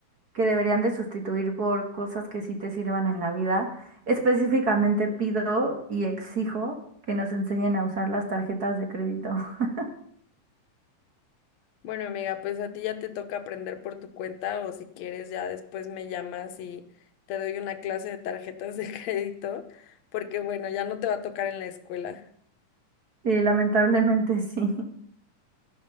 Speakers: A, on the right; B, on the left.
A: que deberían de sustituir por cosas que sí te sirvan en la vida. Específicamente pido y exijo que nos enseñen a usar las tarjetas de crédito. <laughs>
B: Bueno, amiga, pues a ti ya te toca aprender por tu cuenta o si quieres ya después me llamas y te doy una clase de tarjetas de <laughs> crédito, porque bueno, ya no te va a tocar en la escuela.
A: Sí, lamentablemente sí.